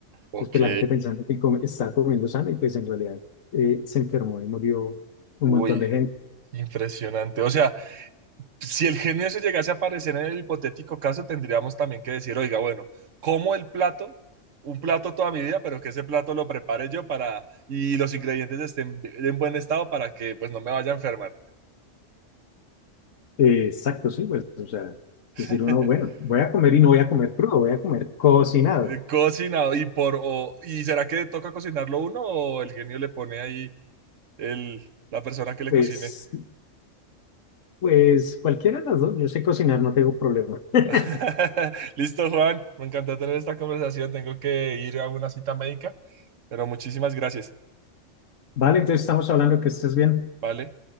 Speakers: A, on the right; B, on the left.
A: ok,
B: Después la gente pensando que come- estaba comiendo sano y pues en realidad eh, se enfermó y murió un
A: uy,
B: montón de gente.
A: impresionante. O sea, Si el genio se llegase a aparecer en el hipotético caso, tendríamos también que decir, oiga, bueno, como el plato, un plato toda mi vida, pero que ese plato lo prepare yo para y los ingredientes estén en buen estado para que pues no me vaya a enfermar.
B: Eh, exacto, sí, pues, o sea,
A: <laughs>
B: decir uno, bueno, voy a comer y no voy a comer crudo, voy a comer cocinado.
A: Eh, Cocinado y por o- y será que toca cocinarlo uno o el genio le pone ahí el la persona que le
B: Pues,
A: cocine.
B: pues cualquiera de las dos, yo sé cocinar, no tengo problema. <laughs>
A: <laughs> Listo, Juan, me encantó tener esta conversación, tengo que ir a una cita médica, pero muchísimas gracias,
B: Vale, entonces estamos hablando que estés bien.
A: ¿vale?